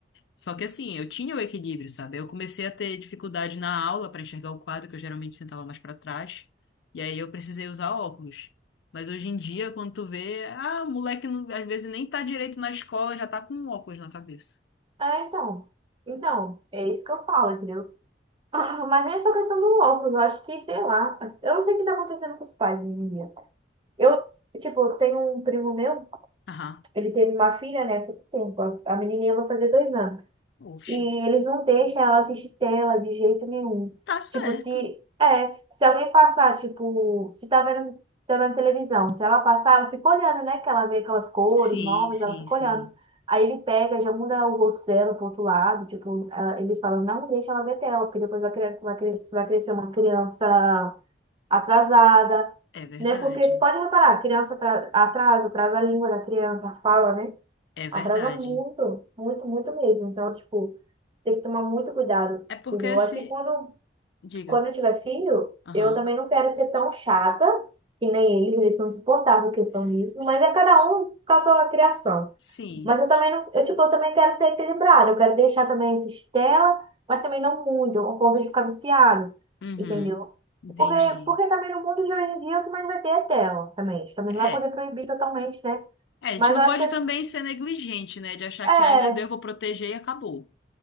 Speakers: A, on the left; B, on the right.
A: Só que assim, eu tinha o equilíbrio, sabe? Eu comecei a ter dificuldade na aula para enxergar o quadro, que eu geralmente sentava mais para trás. E aí eu precisei usar óculos. Mas hoje em dia, quando tu vê, ah, o moleque não- às vezes nem tá direito na escola, já tá com um óculos na cabeça.
B: É, então. Então, é isso que eu falo, entendeu? Ah, mas nem essa questão do óculos, eu acho que, sei lá, eu não sei o que tá acontecendo com os pais hoje em dia. Eu, tipo, eu tenho um primo meu,
A: Aham.
B: ele teve uma filha, né, há pouco tempo, a a menininha vai fazer dois anos.
A: Oxe.
B: E eles não deixam ela assistir tela de jeito nenhum.
A: Tá certo.
B: Tipo, se é, se alguém passar, tipo, se tá vendo, tá vendo televisão, se ela passar, ela fica olhando, né? Que ela vê aquelas cores
A: Sim,
B: novas,
A: sim,
B: ela fica
A: sim.
B: olhando. Aí ele pega, já muda o rosto dela pro outro lado, tipo, ela- eles falam, não deixa ela ver tela, porque depois vai cre- vai cre- vai crescer uma criança atrasada,
A: É verdade.
B: né? Porque pode reparar, criança atra- atrasa, atrasa a língua da criança, a fala, né?
A: É verdade.
B: Atrasa muito, muito, muito mesmo. Então, tipo, tem que tomar muito cuidado,
A: É porque
B: entendeu? Eu
A: se.
B: acho que quando,
A: Diga.
B: quando eu tiver filho,
A: Aham.
B: eu também não quero ser tão chata, que nem eles, eles são insuportáveis em questão disso, mas é cada um com a sua criação.
A: Sim.
B: Mas eu também não, eu, tipo, eu também quero ser equilibrada, eu quero deixar também assistir tela, mas também não muito, ao ponto de ficar viciado,
A: Uhum.
B: entendeu?
A: Entendi.
B: Porque, porque também no mundo de hoje em dia o que mais vai ter é tela também. A gente também
A: É.
B: não vai poder proibir totalmente, né?
A: É, a gente
B: Mas
A: não
B: eu acho
A: pode
B: que
A: também ser negligente, né? De achar
B: é,
A: que, ai meu Deus, eu vou proteger e acabou.